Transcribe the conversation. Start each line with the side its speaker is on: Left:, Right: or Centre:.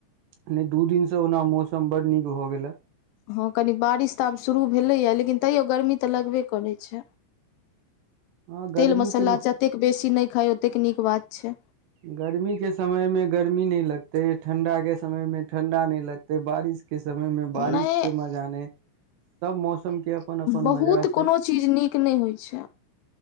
Right: ने दू दिन से ओना मौसम बड नीक भऽ गेले
Left: हँ कनी बारिश तऽ आब शुरू भेलैए लेकिन तैयो गर्मी तऽ लगबे करै छै
Right: ह
Left: तेल
Right: गर्मी
Left: मसाला
Right: के
Left: जतेक बेसी नहि खााय ओतेक नीक बात छै
Right: गर्मी के समय मे गर्मी नहि लगते ठणडा के समय में ठं्डा नहि लगते बारिश के समयमे बारिश
Left: नहि
Right: के मजाने सब मौसम के अपन अपन
Left: बहुत
Right: मजा
Left: कोनो
Right: छै
Left: चीज नीक नहि होइ छै